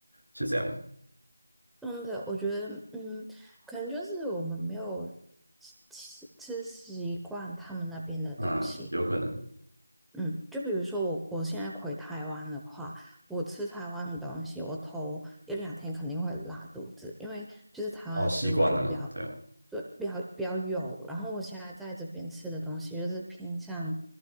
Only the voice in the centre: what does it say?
真的，我觉得，嗯，可能就是我们没有吃吃习惯他们那边的东西。
嗯，就比如说我我现在回台湾的话，我吃台湾的东西，我头一两天肯定会拉肚子，因为就是台湾的食物就比较
对比较比较油，然后我现在在这边吃的东西就是偏向